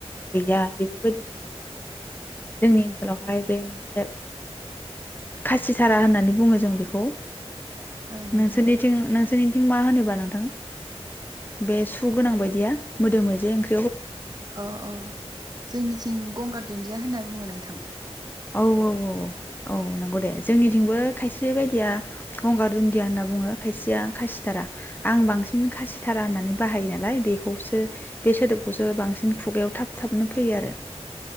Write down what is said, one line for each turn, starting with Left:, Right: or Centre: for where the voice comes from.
Left: गैया बेफोरबायदि समावहाय जोङो जोंनि ओन आनोलावहाय बे मोनसे खासिधारा होननानै बुङो जों बेखौ
Right: औ नोंथां
Left: नोंसोरनिथिं नोंसोर मा होनोबा नोंथां बे सु गोनां बायदिया मोदोम मोजे ओं
Right: अ अ जोंनि सिं गंगार दुन्दिया होनना बुङो नोंथां
Left: औ औ औ औ नंगौ दे जोंनिथिंबो खायसे बायदिया गंगार दुन्दिया होनना बुङो खायसेया खासिथारा आं बांसिन खासिथारा होननानै बाहायो नालाय बेखौसो बे सोदोबखौसो बांसिन खुगायाव थाब थाबनो फैयो आरो